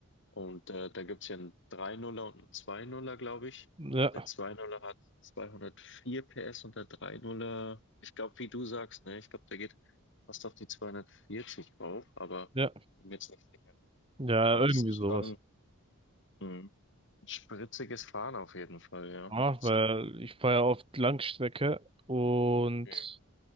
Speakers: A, on the left (about 55°); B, on the right (about 25°).
A: Und äh, da gibt's ja einen drei Nuller und einen zwei Nuller, glaube ich.
B: Ja,
A: Der zwei Nuller er hat 204 PS und der drei Nuller, ich glaube, wie du sagst, ne, ich glaube, der geht fast auf die 240 rauf, aber
B: ja,
A: bin mir jetzt nicht sicher.
B: ja,
A: Aber das
B: irgendwie
A: ist
B: sowas.
A: schon mh, ein spritziges Fahren auf jeden Fall, ja.
B: Ja,
A: Das,
B: weil ich fahre ja oft Langstrecke und
A: äh,